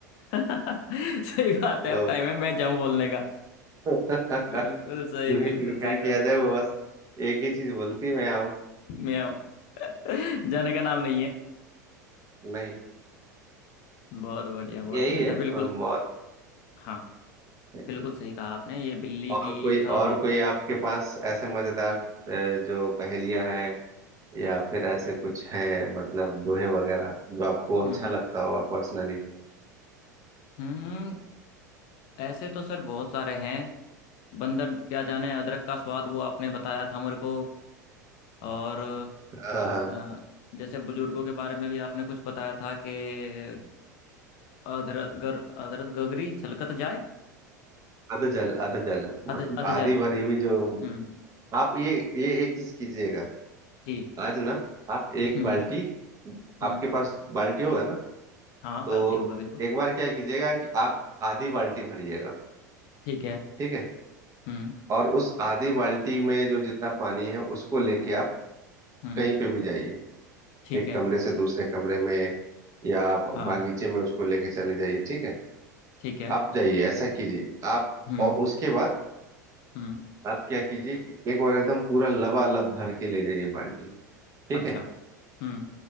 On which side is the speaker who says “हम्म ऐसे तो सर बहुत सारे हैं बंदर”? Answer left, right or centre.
Left